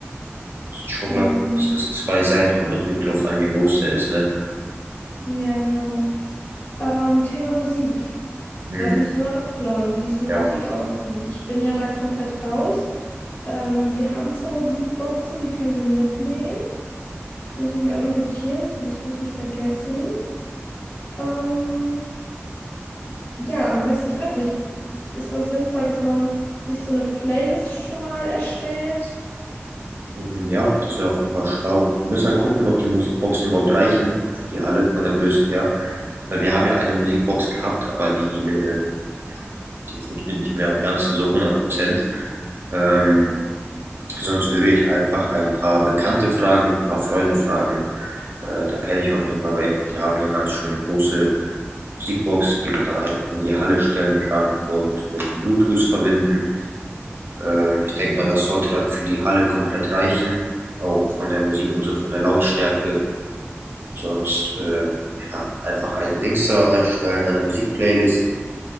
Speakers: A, on the right; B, on the left.
A: Müssen schon,
B: Ähm,
A: glaube ich, mindestens zwei sein. Kommt natürlich drauf an, wie groß der ist, ne?
B: ja, genau. Ähm, Thema Musik.
A: Hm,
B: Das müssen wir auch noch planen, wie es mit
A: ja.
B: Musik aussieht. Ich bin ja da komplett raus. Ähm, wir haben zwar Musikboxen, die können wir mitnehmen. Das muss ich mir auch noch notieren, dass wir das bloß nicht vergessen. Ähm, ja, am besten, ich weiß nicht, ist das sinnvoll, dass man sich so eine Playlist schon mal erstellt?
A: Mm, Ja, das wäre auf jeden Fall schlau. Wir müssen halt gucken, ob die Musikboxen überhaupt reichen für die Halle von der Größe her. Weil wir haben ja eine Musikbox gehabt, aber die, äh, ja, die funktioniert nicht mehr ganz so hundert Prozent. Ähm,
B: Hm,
A: sonst würde ich einfach ein paar Bekannte fragen, ein paar Freunde fragen. Äh, da kenne ich auf jeden Fall welche. Die haben eine ganz schön große Musikbox, die man dann einfach in die Halle stellen kann und mit Bluetooth verbinden. Ähm, ich denke mal, das sollte dann für die Halle komplett reichen, auch von der Musik und so, von der Lautstärke. Sonst äh, ja, einfach eine Dings da erstellen, eine Musikplaylist,